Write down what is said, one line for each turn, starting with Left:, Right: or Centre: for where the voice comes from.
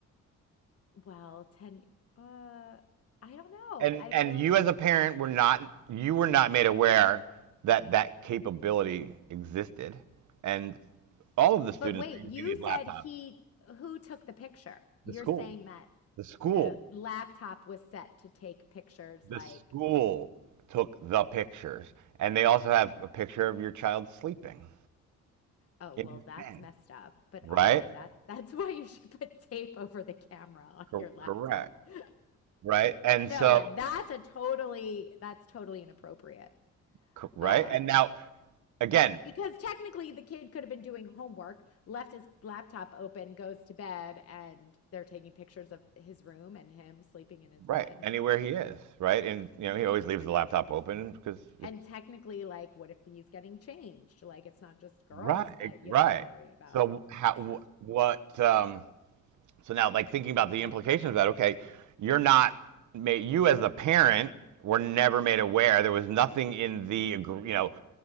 Left: well, 10, uh, I don't know.
Right: And
Left: I
Right: and
Left: feel,
Right: you as a parent were not you were not made aware that that capability existed, and all of the students
Left: but wait,
Right: are using
Left: you
Right: these laptops.
Left: said he, who took the picture? You're
Right: The school.
Left: saying that
Right: The school,
Left: the laptop was set to take pictures
Right: the
Left: like,
Right: school took the pictures, and they also have a picture of your child sleeping
Left: oh,
Right: in
Left: well,
Right: his
Left: that's
Right: bed,
Left: messed up, but
Right: right?
Left: also that <laughs> that's why you should put tape over the camera on
Right: Cor-
Left: your laptop.
Right: correct,
Left: <laughs>
Right: right? And
Left: No,
Right: so,
Left: yeah, that's a totally, that's totally inappropriate
Right: co- right,
Left: Um,
Right: and now again,
Left: because technically the kid could have been doing homework, left his laptop open, goes to bed, and they're taking pictures of his room and him sleeping in his
Right: right,
Left: bed.
Right: anywhere
Left: No.
Right: he is, right, and you know he always leaves the laptop open because it's
Left: And technically, like, what if he's getting changed? Like, it's not just girls
Right: right,
Left: that
Right: right.
Left: you have to worry about
Right: So how,
Left: that
Right: wh-
Left: stuff.
Right: what, um. So now, like thinking about the implications of that, okay, you're not made. You as the parent were never made aware. There was nothing in the you know